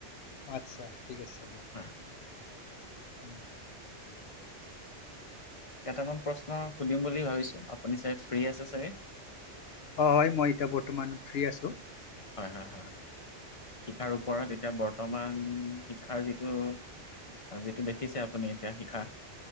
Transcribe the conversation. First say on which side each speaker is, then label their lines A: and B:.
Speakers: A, on the left; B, on the left.
A: আচ্ছা ঠিক আছে দিয়া।
B: হয়
A: উম।
B: কেইটামান প্ৰশ্ন সুধিম বুলি ভাবিছোঁ আপুনি চাগ ফ্ৰী আছে চাগে?
A: অ হয় মই এতিয়া বৰ্তমান ফ্ৰী আছোঁ।
B: হয় হয় হয় শিক্ষাৰ ওপৰত এতিয়া বৰ্তমান শিক্ষাৰ যিটো আজিতো দেখিছে আপুনি এতিয়া শিখাৰ